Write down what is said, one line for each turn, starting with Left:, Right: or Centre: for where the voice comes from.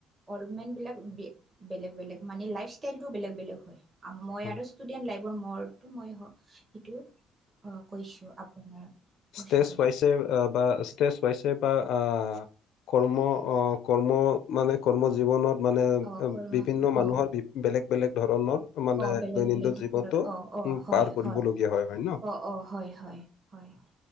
Right: অল মেন বিলাক বে বেলেগ বেলেগ মানে লাইফ ষ্টাইলটো বেলেগ বেলেগ হয় মই
Left: হয়
Right: আৰু ষ্টুডেণ্ট, লাইফৰমৰতো মই হওঁ সেইটো <unintelligible> অ', কৈছোঁ, আপোনাৰ
Left: ষ্টেজ
Right: ওচৰত
Left: ৱাইছে বা ষ্টেজ ৱাইছে বা আ কৰ্ম অ' কৰ্ম মানে, কৰ্ম জীৱনত মানে
Right: অ কৰ্ম
Left: বিভিন্ন মানুহৰ
Right: অ
Left: বেলেগ বেলেগ ধৰণৰ। মানে
Right: অ', বেলেগ
Left: দৈনন্দিন
Right: বেলেগ দিশত
Left: জীৱনটো
Right: অ', অ',
Left: উম
Right: হয়,
Left: পাৰ কৰিবলগীয়া
Right: হয়,
Left: হয় ন
Right: অ', অ', হয়, হয়। হয়।